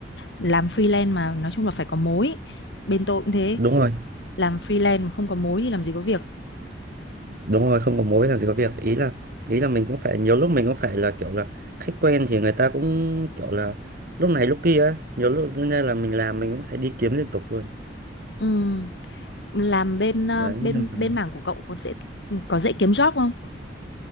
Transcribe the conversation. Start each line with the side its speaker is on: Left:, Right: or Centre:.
Left: làm freelance mà nói chung là phải có mối. Bên tôi cũng thế,
Right: Đúng rồi
Left: làm freelance mà không có mối thì làm gì có việc.
Right: Đúng rồi không có mối làm gì có việc Ý là Ý là mình cũng phải nhiều lúc mình cũng phải là kiểu là Khách quen thì người ta cũng kiểu là Lúc này lúc kia ấy. Nhiều lúc nên là mình làm mình cũng phải đi kiếm liên tục luôn
Left: Ừ. làm bên ờ,
Right: Đấy,
Left: bên
Right: nhưng mà
Left: bên mảng của cậu có dễ có dễ kiếm job không?